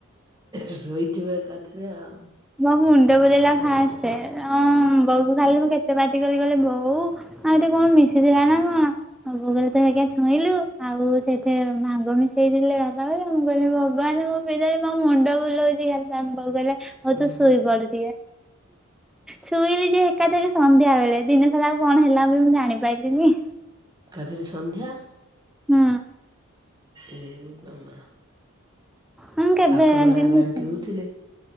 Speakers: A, on the right; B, in the centre.
A: ଶୋଇଥିବ ଏକାଥରେ ଆଉ।
B: ମୋ ମୁଣ୍ଡ ବୁଲେଇଲା ଫାଷ୍ଟେ ଉଁ ବଉ କୁ ଖାଲି ମୁଁ କେତେ ପାଟିକଲି କଇଲି ବୋଉ ଆଉ ଏଇଟି କଣ ମିଶିଥିଲା ନା କଣ? ମୋ ବୋଉ କହିଲା ତୁ ଏରା କାଇଁ ଛୁଇଁଲୁ ଆଉ ସେଇଥିରେ ଭାଙ୍ଗ ମିଶେଇଥିଲେ ବାପା ଭାରିକା ମୁଁ କହିଲି ଭଗବାନ ମୁଁ <unintelligible> ମୋ ମୁଣ୍ଡ ବୁଲଉଛି ଖାଲି ତା ବୋଉ କହିଲା ହଉ
A: ହୁଁ
B: ତୁ ଶୋଇ ପଡ। ଶୁଇଲି ଯେ ଏକାଥରେ ସନ୍ଧ୍ୟା ବେଳେ ଦିନ ସାରା ଆଉ କଣ ହେଲା ବି ମୁଁ ଜାଣିପାଇଲିନି।
A: ଏକାଥରେ ସନ୍ଧ୍ୟା
B: ହୁଁ।
A: ଏ ବୋପା ମା!
B: ମୁଁ କେବେ
A: ଆପଣ
B: <unintelligible>
A: ହେରା କାଇଁ ପିଉଥିଲେ?